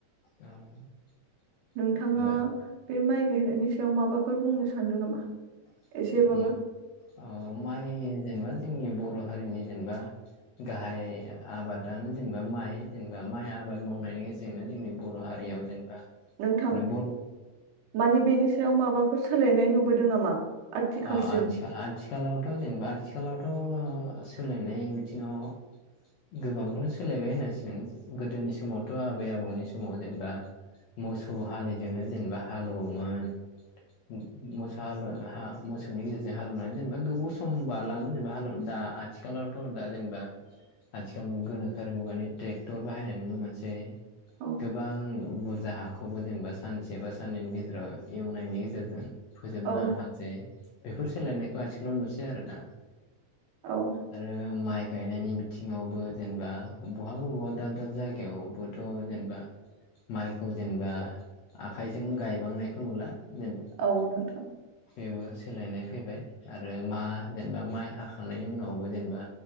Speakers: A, on the left; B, on the right.
A: औ
B: नोंथाङा।
A: औ
B: बे माइ गायनायनि सायाव माबाफोर बुंनो सानदों नामा?
A: <unintelligible>
B: एसेबाबो
A: ओ‌ माइ जेनेबा जोंनि बर' हारिनि जेनेबा गाहाय आबादानो जेनेबा माइ जेनेबा माइ आबाद मावनायनि जोंनो जोंनि बर' हारियाव जेनेबा
B: नोंथां
A: बर
B: माने बेनि सायाव माबाफोर सोलायनाय नुबोदों नामा? आथिखालसिम
A: आ-आथिखा आथिखालावथ' जेनबा आजखालथ'। ओ सोलायनाय बिथिंङाव गोबांखौनो सोलायबाय होननांसिगोन गोदोनि समावथ' आबै आबौनि समाव जेनेबा मोसौ हालिजोंनो जेनबा हालौवोमोन मो-मोसौ हालु हा मोसौनि गेजेरजों हालेवनानै जेनेबा गोबाव सम बारलाङोमोन जेनेबा हालेव दा आथिखालावथ' दा जेनेबा आथिखाल मु गोनोखोआरि मुगानि टेक्टर बाहायनाय नुनो मोनसेै
B: औ
A: गोबां बुरजा हाखौबो जेनेबा सानसे बा साननैनि गेजेराव एवनायनि गेजेरजों। फोजोबनो
B: औ
A: हासै। बेफोर सोलायनायखौ आथिखालाव नुसै आरो ना।
B: औ
A: आरो माइ गायनायनि बिथिङावबो जेनेबा बहाबा बवा दाब दाब जायगायावबोथ' जेनबा माइखौ जेनबा आखाइजों गायबांनायखौ नुला। <unintelligible>
B: औ नोंथां
A: बेबो। सोलायनाय फैबाय आरो मा जेनबा माइ हाखांनायनि उनावबो जेनबा